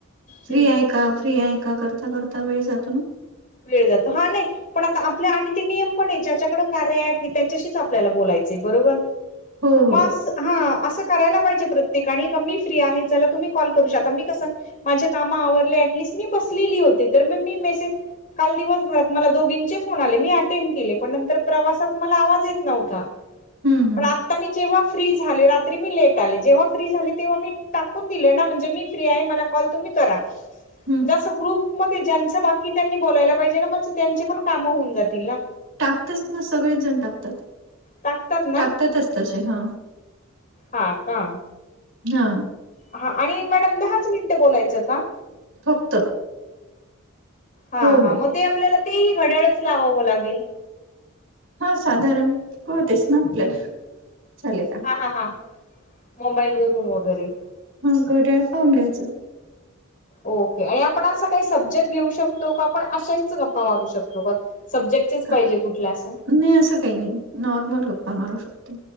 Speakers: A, on the right; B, on the left.
A: फ्री
B: हम्म
A: आहे का फ्री आहे का करत. करता करता वेळ जातो ना
B: वेळ जातो हा नायी पण आता आपल्या आणि ते नियम पण आहे. ज्याच्याकडे कार्या ॲपय त्याच्याशीच आपल्याला बोलायचय बरोबर
A: हो,
B: मग
A: हो.
B: असं हा असं करायला पाहिजे प्रत्येकाने का मी फ्री आहे. चला तुम्ही कॉल करू शकता आता मी कसं माझ्या काम आवरले ऍटलिस्ट मी बसलेली होती. तर मग मी मेसेज काल दिवसभरात मला दोघींचे फोन आले मी अटेंड केले पण नंतर प्रवासात मला आवाज येत नव्हता
A: हं, हं,
B: पण आता मी जेव्हा फ्री झाले रात्री मी लेट आले जेव्हा फ्री झाले. तेव्हा मी टाकून दिले ना म्हणजे मी फ्री आहे. मला कॉल तुम्ही करा
A: हं.
B: जसं ग्रुपमध्ये ज्यांनचं बाकीय त्यांनी बोलायला पाहिजे ना म त्यांचे पण कामं होऊन जातील ना
A: टाकतात ना सगळेच जण टाकतात
B: टाकतात ना
A: टाकतातच तसे हां
B: हा का
A: हा
B: हा आणि मॅडम दहाच मिनिटं बोलायचं का?
A: फक्त!
B: हा
A: हो,
B: हा
A: हो.
B: मग ते आपल्याला तेही घड्याळच लावावं लागेल.
A: हा साधारण कळतेच ना आपल्याला झालेला
B: हा हा हा मोबाईल वरून वगैरे
A: हा घड्याळ पाहून घ्यायचं
B: ओके आणि आपण असं काही सब्जेक्ट घेऊ शकतो. का आपण अशाच गप्पा मारू शकतो का सब्जेक्ट चेस
A: अ,
B: पाहिजे कुठल्या आस.
A: नाही असं. काही नाही नॉर्मल गप्पा मारू शकतो.